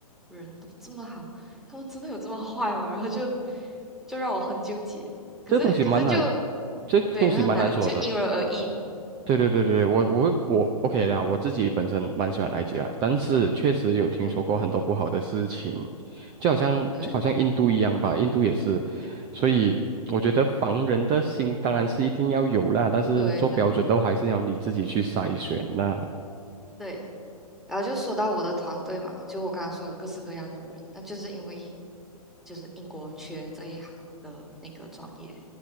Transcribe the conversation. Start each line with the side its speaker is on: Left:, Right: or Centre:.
Centre: 人都这么好，他们真的有这么坏吗？然后就就让我很纠结。可是可是就
Right: 这东西蛮难，这东西蛮难说的。
Centre: 对，很难，就因人而异嘛。
Right: 对对对对，
Centre: 对啊，
Right: 我我我 OK 的啊，我自己本身蛮喜欢埃及啦，但是确实有听说过很多不好的事情，
Centre: 嗯，
Right: 就好像就好像印度一样吧，
Centre: 对
Right: 印度也是，所以我觉得防人的心当然是一定要有啦，但是做标准都还是要你自己去筛选啦。
Centre: 对对对对。然后就说到我的团队嘛，就我刚刚说有各式各样的人，那就是因为就是英国缺这一行的那个专业，